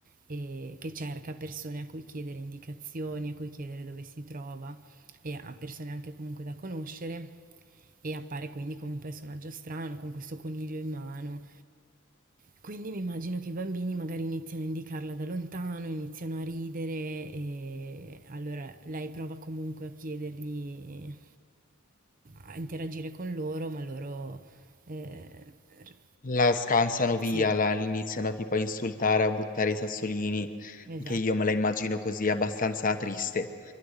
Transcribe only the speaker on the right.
e che cerca persone a cui chiedere indicazioni, a cui chiedere dove si trova e a persone anche comunque da conoscere e appare quindi come un personaggio strano con questo coniglio in mano. Quindi mi immagino che i bambini magari iniziano a indicarla da lontano, iniziano a ridere e allora lei prova comunque a chiedergli, a interagire con loro, ma loro... eh, r-
sì,
esatto.